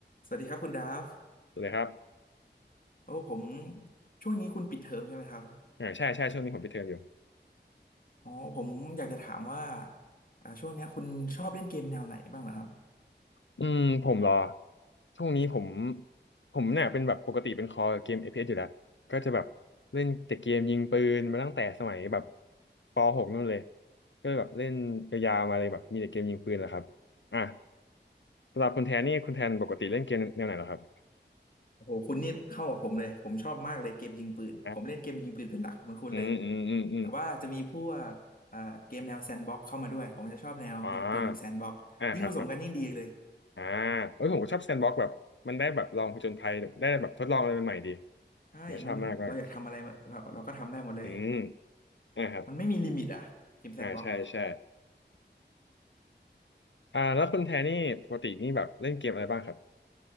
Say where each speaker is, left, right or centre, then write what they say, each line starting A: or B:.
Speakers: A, on the left (about 50°); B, on the left (about 80°).
A: สวัสดีครับคุณดาฟ
B: สวัสดีครับ
A: โอ้ผมช่วงนี้คุณปิดเทอมใช่ไหมครับ
B: อ่าใช่ใช่ช่วงนี้ผมปิดเทอมอยู่
A: อ๋อผมอยากจะถามว่าอ่าช่วงเนี้ยคุณชอบเล่นเกมแนวไหนบ้างเหรอครับ
B: อืมผมรอช่วงนี้ผมผมเนี่ยเป็นแบบปกติเป็นคอเกมเอพ p s อสอยู่แล้วก็จะแบบเล่นแต่เกมยิงปืนมาตั้งแต่สมัยแบบป .6 นู่นเลยก็แบบเล่นยาวๆมาเลยแบบมีแต่เกมยิงปืนแหละครับอ่ะสำหรับคุณแทนนี่คุณแทนปกติเล่นเกมแนวไหนเหรอครับ
A: โอ้โหคุณนี่เข้ากับผมเลยผมชอบมากเลยเกมยิงปืนผมเล่นเกมยิงปืนเป็นหลักเหมือนคุณเลย
B: อ่ะอืมอืมอืมอืม
A: แต่ว่าจะมีพวกอ่าเกมแนวแซนด์บ็อกเข้ามาด้วยผมจะชอบแนวยิงปืนกับแซนด์บ็อกยิ่งผสมกันยิ่งดีเลย
B: อ่าอ่าครับครับอ่าเอ้ยผมก็ชอบแซนด์บ็อกซ์แบบมันได้แบบลองผจญภัยได้แบบทดลองอะไรใหม่ๆดี
A: ใช่มันเราอยากทำอะไรเราเราก็ทำได้หมดเลย
B: ผมก็ชอบมากเลยอืม อ่าครับ
A: มันไม่มีลิมิตอ่ะเกมแซนด์บ็อก
B: อ่าใช่ใช่อ่าแล้วคุณแทนนี่ปกตินี่แบบเล่นเกมอะไรบ้างครับ